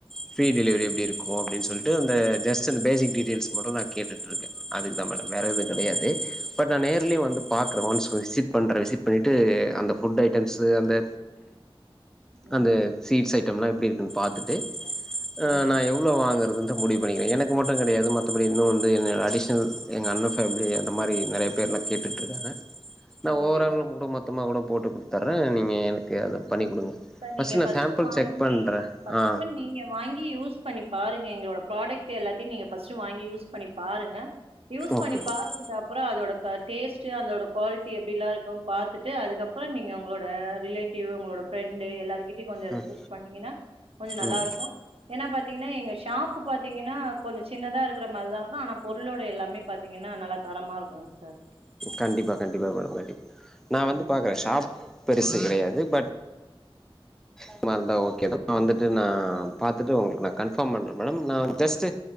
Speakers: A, in the centre; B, on the right.
A: ஃப்ரீ டெலிவரி எப்டி இருக்கு அப்டின் சொல்ட்டு அந்த ஜஸ்ட் அந்த பேசிக் டீடெய்ல்ஸ்க் மட்டு நா கேட்டுட்ருக்கே அதுக்குதா மேடம் வேறெது கெடையாது பட் நா நேர்ல்யு வந்து பாக்குறே ஒன்ஸ் விசிட் பண்ற விசிட் பண்ணிட்டு அந்த ஃபுட் ஐட்டம்ஸு அந்த
B: ம் ம்
A: அந்த ஸ்வீட்ஸ் ஐட்டம்லா எப்டி இருக்குன் பாத்துட்டு அ
B: ம்
A: நா எவ்வுளோ வாங்கறதுன் த முடிவு பண்ணிக்கிறே எனக்கு மட்டு கெடையாது மத்தபடி இன்னு வந்து என்ன அடிஷன் எங்க அண்ண ஃபேம்லி அந்த மாரி நெறைய பேர்லா கேட்டுட்ருக்காக நா
B: ஓகேங்க
A: ஓவரால
B: சார்
A: கூட மொத்தமா கூட போட்டு குடுத்துர்ற நீங்க எனக்கு அத பண்ணி குடுங்க
B: சார் நீங்க
A: நா
B: ஃபஸ்ட்டு
A: சாம்பிள்
B: வாங்கி
A: செக் பண்றே
B: அ பர்ஸ்னல்
A: ஆ
B: நீங்க வாங்கி யூஸ் பண்ணி பாருங்க எங்களோட ப்ராடக்ட் எல்லாத்தியு நீங்க ஃபஸ்ட்டு வாங்கி யூஸ் பண்ணி பாருங்க யூஸ்
A: ஓகே
B: பண்ணி பாத்ததுக்கப்றோ
A: ஓகே
B: அதோட க டேஸ்ட்டு அதோட குவால்ட்டி எப்டிலா இருக்கு பாத்துட்டு அதுக்கப்றோ நீங்க உங்குளோட ரிலேட்டிவ் உங்குளோட ஃபிரெண்டு எல்லார்கிட்டியு கொஞ்சோ
A: ம்
B: ரெக்வஸ்ட் பண்ணீங்கனா கொஞ்சோ நல்லாருக்கு
A: ம்
B: ஏனா பாத்தீங்ன்னா எங்க ஷாப்பு பாத்தீங்கனா கொஞ்சு சின்னதா இருக்கிற மாரிதா இருக்கு ஆனா பொருளோட எல்லாமே பாத்தீங்கனா நல்லா தரமா இருக்குங்சார்
A: கண்டிப்பா கண்டிப்பா மேடம் கண்டிப்பா நா வந்து
B: ம்.
A: பாக்குற ஷாப் பெருசு கெடையாது பட் சுமா இர்ந்தா ஓகேதா நா வந்துட்டு நா பாத்துட்டு உங்ளுக்கு நா கன்ஃபாம் பண்ற மேடம் நா ஜஸ்ட்டு